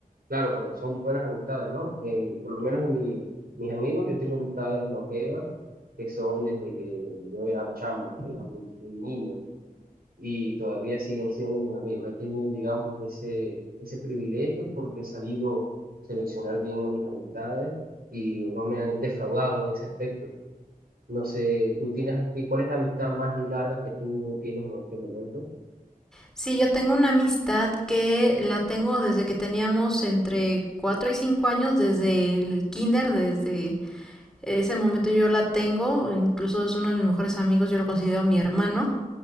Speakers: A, on the right (about 85°); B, in the centre.
A: Claro, cuando son buenas amistades, ¿no? El- por lo menos en mi- mis amigos, yo tengo amistades longevas que son desde que yo era chamo, que era muy, muy niño, y todavía siguen siendo mis amigos. He tenido, digamos, ese, ese privilegio porque he sabido seleccionar bien a mis amistades y no me han defraudado en ese aspecto. No sé, tú tienes aquí, ¿cuál es la amistad más larga que tú tienes en este momento?
B: Sí, yo tengo una amistad que la tengo desde que teníamos entre 4 y 5 años, desde el kinder, desde ese momento yo la tengo, incluso es uno de mis mejores amigos, yo lo considero mi hermano,